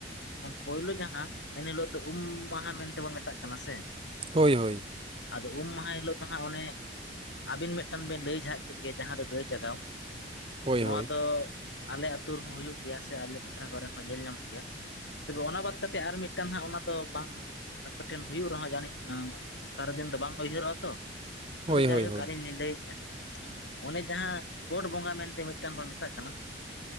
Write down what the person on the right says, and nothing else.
ᱦᱳᱭ ᱦᱳᱭᱼᱼ
ᱦᱳᱭ
ᱦᱳᱭ
ᱦᱳᱭ
ᱦᱳᱭ ᱦᱳᱭ